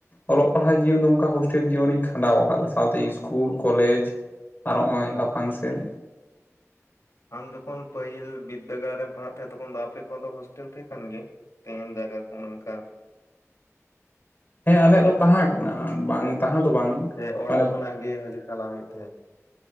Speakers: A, on the left (about 40°); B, on the left (about 75°).
A: ᱚᱞᱚᱜ ᱯᱟᱲᱦᱟᱜ ᱡᱤᱭᱚᱱ ᱫᱚ ᱚᱱᱠᱟ ᱦᱳᱥᱴᱮᱞ ᱡᱤᱭᱚᱱ ᱨᱤᱧ ᱠᱷᱟᱸᱰᱟᱣ ᱟᱠᱟᱫᱟ ᱥᱟᱶᱛᱮ ᱤᱥᱠᱩᱞ ᱠᱚᱞᱮᱡᱽ ᱟᱨ ᱱᱚᱜᱼᱚᱭ
B: ᱚ
A: ᱞᱟᱯᱷᱟᱝ ᱥᱮᱱ
B: ᱟᱢ ᱡᱚᱠᱷᱚᱱ ᱯᱟᱹᱦᱤᱞ ᱵᱤᱨᱫᱟᱹ ᱜᱟᱲ ᱨᱮᱢ ᱯᱟᱲᱦᱟᱜ ᱛᱟᱦᱮᱸᱫ ᱛᱚᱠᱷᱚᱱ ᱫᱚ ᱟᱯᱮ ᱠᱚᱣᱟᱜ ᱫᱚ ᱦᱳᱥᱴᱮᱞ ᱠᱚ ᱛᱟᱦᱮᱸ ᱠᱟᱱ ᱜᱮᱭᱟ ᱛᱟᱦᱮᱱ ᱡᱟᱭᱜᱟ ᱚᱱᱮ ᱚᱱᱠᱟ
A: ᱦᱮᱸ <unintelligible> ᱛᱟᱦᱮᱸ ᱠᱟᱱᱟ ᱵᱟᱝ
B: ᱥᱮ
A: ᱛᱟᱦᱮᱸ ᱫᱚ ᱵᱟᱝ
B: ᱥᱮ ᱚᱲᱟᱜ
A: ᱢᱟᱱᱮ
B: ᱠᱷᱚᱱᱟᱜ ᱜᱮ ᱦᱤᱡᱩᱜ ᱪᱟᱞᱟᱜ ᱦᱩᱭᱩᱜ ᱛᱟᱦᱮᱸᱫ